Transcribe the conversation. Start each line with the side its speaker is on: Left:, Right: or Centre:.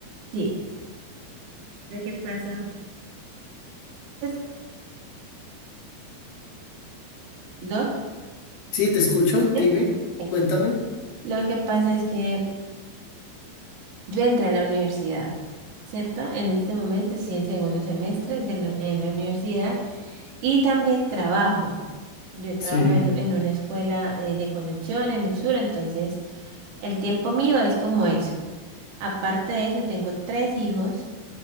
Right: Sí. Lo que pasa es, Doc,
Left: Sí, te escucho, dime,
Right: ¿sí? Ok.
Left: cuéntame.
Right: Lo que pasa es que yo entré a la universidad, ¿cierto? En este momento estoy en segundo semestre de la- en la universidad y también trabajo. Yo trabajo
Left: Sí,
Right: en, en una escuela eh, de conducción en el sur, entonces el tiempo mío es como eso. Aparte de eso, tengo tres hijos